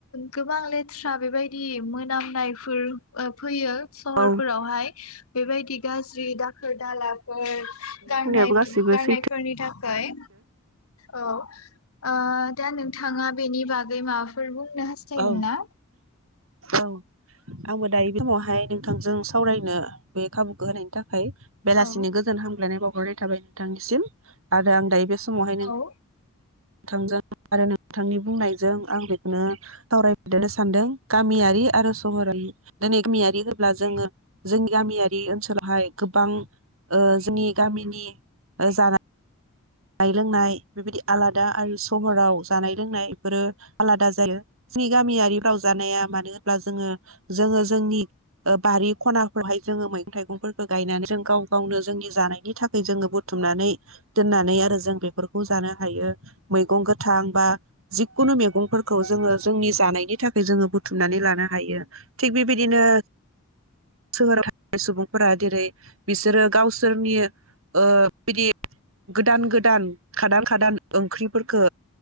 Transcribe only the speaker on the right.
औ
बुंनायाबो गासैबो
सैथो
औ औ आंबो दायो बे समावहाय नोंथांजों सावरायनो बे खाबुखौ होनायनि थाख खाय बेलासिनि
गोजोन हामग्लायनाय बाव हरनाय थाबाय नोंथांनिसिम आरो आं दायो बेस समावहाय
नों नोंथांजों आरो नोंथांनि बुंनायजों आं बेखौनो सावरायदनो सानदों गामियारि आरो सहरारि दिनै गामियारि होब्ला जोङो जोंनि गामियारि ओनसोलावहाय गोबां ओ जोंनि गामिनि जाना जानाय लोंनाय बेबायदि आलादा आरो सहराव जानाय लोंनायफोरो आलादा जायो जोंनि गामियारिफ्राव जानाया मानो होनब्ला जोङो जोङो जोंनि बारि खनाफोरावहाय जोङो मैगं थाइगंफोरखौ गायनानै जों गाव गावनो जोंनि जानायनि थाखाय जोङो बुथुमनानै दोननानै आ आरो जों बेफोरखौ जानो हायो मैगं गोथां बा जिखुनु मैगंफोरखौ जोङो जोंनि जानायनि थाखाय जोङो बुथुमनानै लानो हायो थिग बेबायदिनो सोहोराव थानाय सुबुंफोरा जेरै बिसोरो गावसोरनि ओ बिदि गोदान गोदान दान खादान खादान ओंख्रिफोरखो